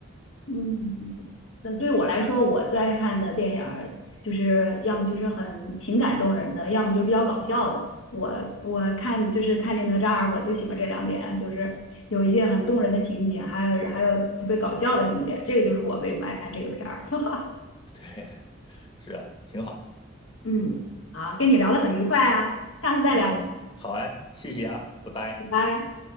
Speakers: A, on the left (about 90°); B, on the left (about 25°).
A: 嗯，嗯那对我来说，我最爱看的电影儿就是要么就是很情感动人的，要么就是比较搞笑的。我我看就是看这哪吒二，我最喜欢这两点，就是有一些很动人的情节，还有还有特别搞笑的情节，这个就是我为什么爱看这个片儿。<laughs>
B: <laughs> 对，是啊，挺好，
A: 嗯，好，跟你聊得很愉快啊，下次再聊，
B: 嗯，好哎，谢谢啊，拜拜。
A: 拜拜。